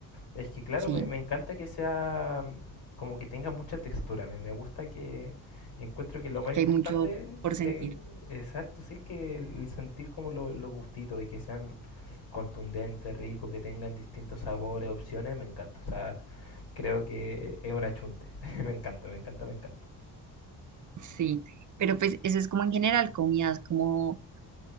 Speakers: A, on the left; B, on the right.
A: Es que claro,
B: ¿sí?
A: me, me encanta que sea mm, como que tenga mucha textura. Me, me gusta que encuentro que lo más importante
B: Que hay mucho por sentir.
A: de, exacto, sí es que el sentir como lo- los gustitos y que sean contundentes, ricos, que tengan distintos sabores, opciones, me encanta. O sea, creo que es un achunte. <laughs> Me encanta, me encanta, me encanta.
B: Sí, pero pues eso es como en general comidas como